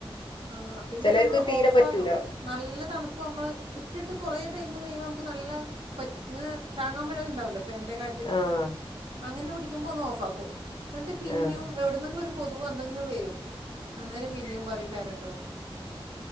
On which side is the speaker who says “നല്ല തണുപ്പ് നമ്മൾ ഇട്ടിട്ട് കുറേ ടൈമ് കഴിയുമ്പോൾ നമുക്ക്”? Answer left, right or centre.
Right